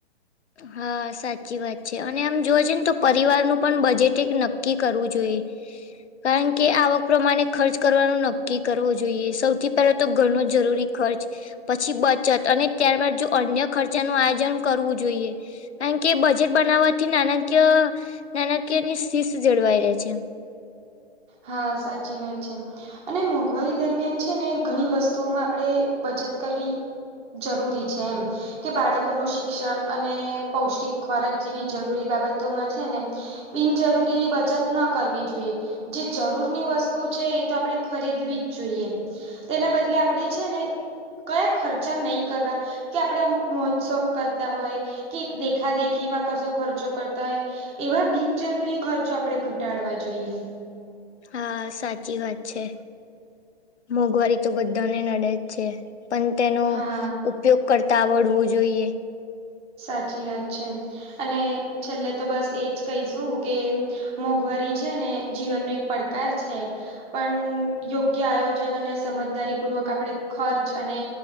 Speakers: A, on the left; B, on the right.
A: હા સાચી વાત છે અને આમ જોવા જઈ છે ને તો પરિવારનું પણ બજેટ એક નક્કી કરવું જોઈએ. કારણ કે આવક પ્રમાણે ખર્ચ કરવાનું નક્કી કરવો જોઈએ સૌથી પહેલો તો ઘણો જરૂરી ખર્ચ પછી બચત અને ત્યારબાદ જો અન્ય ખર્ચાનું આયોજન કરવું જોઈએ. કારણ કે બજેટ બનાવવાથી નાણાકીય નાણાકીય ની શિસ્ત જળવાઈ રહે છે.
B: હા સાચી વાત છે. અને મોંઘવારી દરમિયાન છે ને ઘણી વસ્તુઓમાં આપણે બચત કરવી. જરૂરી છે. કે બાળકોનું શિક્ષણ અને પૌષ્ટિક ખોરાક જેવી જરૂરી બાબતોમાં છે ને બિનજરૂરી બચત ના કરવી જોઈએ. જે જરૂરની વસ્તુ છે એ તો આપણે ખરીદવી જ જોઈએ. તેના બદલે આપણેે છે ને કયા ખર્ચા નહી કરવા કે આપણે અમુક મહોત્સવ કરતા હોય કે દેખા દેખીમાં કશો ખર્ચો કરતા હોય. એવા બિનજરૂરી ખર્ચો આપણેે ઘટાડવા જોઈએ.
A: હા સાચી વાત છે મોંઘવારી તો બધાને નડે જ છે. પણ તેનો
B: હા
A: ઉપયોગ કરતા આવડવો જોઈએ.
B: સાચી વાત છે અને છેલ્લે તો બસ એજ કહીશું કે મોંઘવારી છે ને જીવન ન એક પડકાર છે. પણ યોગ્ય આયોજન અને સમજદારી પૂર્વક આપણે ખર્ચ અને